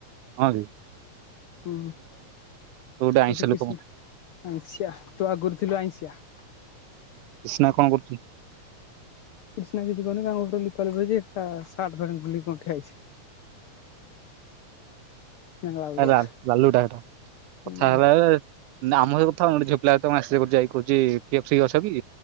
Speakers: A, on the right; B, on the left.
A: ହଁ ରେ।
B: ହୁଁ
A: ତୁ ଗୋଟେ
B: ସେଠି
A: ଆଇଁଷ
B: କ୍ରିଷ୍ଣା,
A: ଲୋକ
B: ଆଛା ତୋ ଆଗରୁ ଥିଲୁ ଆଇଁଶିଆ।
A: କ୍ରିଷ୍ଣା କଣ କରୁଚି?
B: କ୍ରିଷ୍ଣା କିଛି କରୁନି <unintelligible> ଲିପା ଲିପି ହଇଛି ସାର୍ଟ ପ୍ୟାଣ୍ଟ ନେବ ବୋଲି କଣ ଠିଆ ହେଇଛି। ନାଙ୍ଗଳା ବଗଳା
A: ଲା ବାଲୁଟା ଏଟା
B: ହୁଁ
A: କଥା ହେଲା ବେଳେ ନା ଆମ ସହିତ କଥା ହଉନି, ଝିଆପିଲା ସହିତ ମେସେଜ କରୁଚି ଆଇ କହୁଚି କେପସି ଅଛ କି?